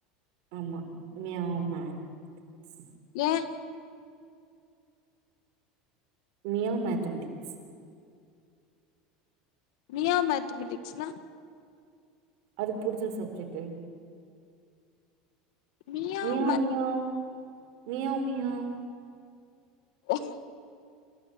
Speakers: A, on the right (about 65°); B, on the left (about 80°).
A: ஆமா மியாவ் மேத்ஸ்
B: ஏ
A: மியாவ் மேத்தமட்டிக்ஸ்
B: மியாவ் மேத்தமெட்டிக்ஸ்னா?
A: அதுக்கு புடுச்ச சப்ஜெக்ட்டு
B: மியா
A: meow
B: math
A: meow meow meow
B: okay